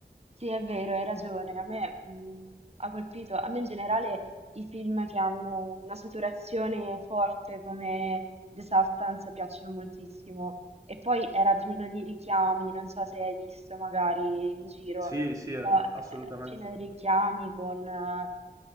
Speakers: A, on the right (about 40°); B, on the right (about 20°).
A: Sì, è vero, hai ragione. A me, mh, ha colpito, a me in generale i film che hanno una saturazione forte come The Substance piacciono moltissimo. E poi era pieno di richiami, non so se hai visto magari in giro,
B: Sì, sì, eh,
A: però eh,
B: assolutamente.
A: pieno di richiami con eh,